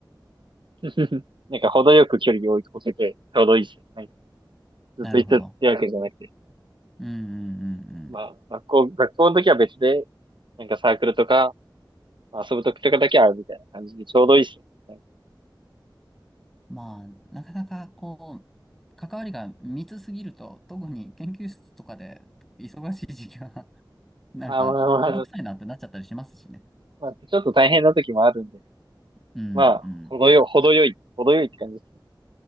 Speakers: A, on the right; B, in the centre.
A: <laughs> なんか程よく距離を置いてて、ちょうどいいですね。なんか
B: なるほど。
A: ずっと行ってってわけじゃなくて。
B: うんうんうんうん。
A: まあ、学校、学校の時は別で、なんかサークルとか、まあ遊ぶ時とかだけ会うみたいな感じでちょうどいいですね。なんか
B: まあ、なかなかこう、関わりが密すぎると、特に研究室とかで忙しい時期は、<laughs> なんか、
A: まあまあまあ、
B: めんどくさいなってなっちゃったりしますしね。
A: まあ、ちょっと大変な時もあるんで、
B: うんう
A: まあ、程よ、程よい、程よいって感じですね。